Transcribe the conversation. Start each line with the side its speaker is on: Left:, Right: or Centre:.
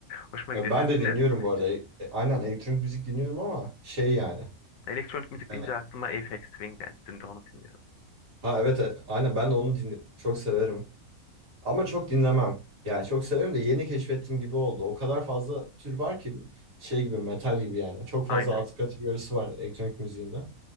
Left: Hoşuma
Right: E,
Left: gidiyor.
Right: Ben
Left: Siz
Right: de
Left: dinlediniz
Right: dinliyorum
Left: mi
Right: bu arada.
Left: hiç?
Right: E, e, Aynen elektronik müzik dinliyorum ama şey yani.
Left: Elektronik müzik
Right: Evet.
Left: deyince aklıma Aphex Twin geldi. Dün de onu dinliyordum.
Right: Ha evet e, aynen ben de onu dinliyorum. Çok severim. Ama çok dinlemem. Yani çok severim de yeni keşfettim gibi oldu. O kadar fazla tür var ki şey gibi metal gibi yani. Çok fazla
Left: Aynen.
Right: alt kategorisi var elektronik müziğinde.